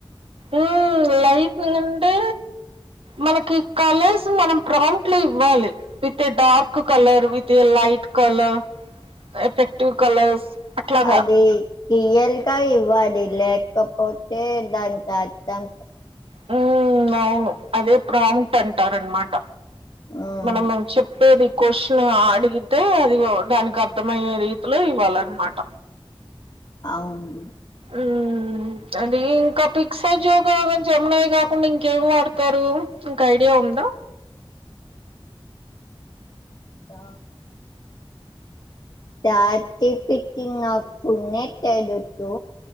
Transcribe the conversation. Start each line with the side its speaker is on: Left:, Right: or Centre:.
Right: ఉమ్ లైకులు అంటే మనకి కలర్స్ మనం ప్రాంట్లో ఇవ్వాలి with a dark colour with a light colour effective colours. అట్లాగా
Left: అది రియల్ అంత ఇవ్వాలి లేకపోతే దాని ద
Right: హ్మ్ అవును అదే ప్రాంప్ట్ అంటారనమాట
Left: ఉమ్
Right: మనము చెప్పేది కోషన్ అడిగితే అది దానికి అర్థమయ్యే రీతిలో ఇవ్వాలన్నమాట
Left: అవును
Right: ఉమ్ అది ఇంకా పిక్ సైజు జయినయి కాకుండా ఇంకేమి వాడతారు ఇంకా ఐడియా ఉంది ఉందా
Left: ఆ దాటి పెట్టినకునేే తెడుతూ